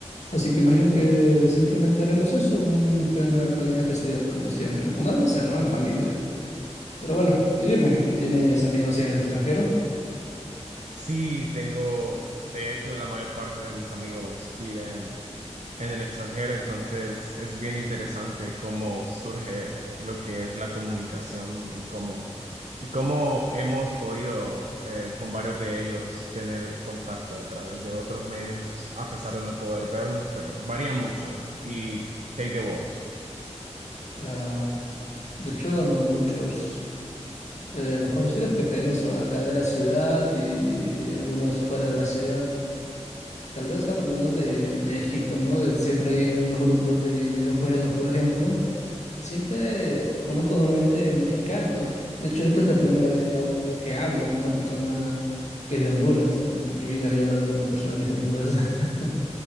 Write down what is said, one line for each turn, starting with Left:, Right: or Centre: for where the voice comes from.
Left: Así que imagino que simplemente haremos eso, un pe- una pequeña festividad como siempre, como debe ser, ¿no? En familia. Pero bueno, y dime, ¿tienes amigos en el extranjero?
Right: Sí, tengo, de hecho, la mayor parte de mis amigos viven en el extranjero, entonces es bien interesante cómo surge lo que es la comunicación y cómo, y cómo hemos podido eh, con varios de ellos tener contacto a través de otros medios, a pesar de no poder vernos, pero varía mucho. ¿Y qué hay de vos?
Left: Ah, de hecho, no muchos. Eh, los conocidos que tengo son acá de la ciudad y algunos fuera de la ciudad. Tal vez algunos de México, ¿no? De siempre hay en los grupos de videojuegos, por ejemplo. Siempre conozco normalmente mexicanos. De hecho, esta es la primera vez que hablo, que hablo con una persona que es de Honduras. En mi vida había hablado con una persona que es de Honduras. <laughs>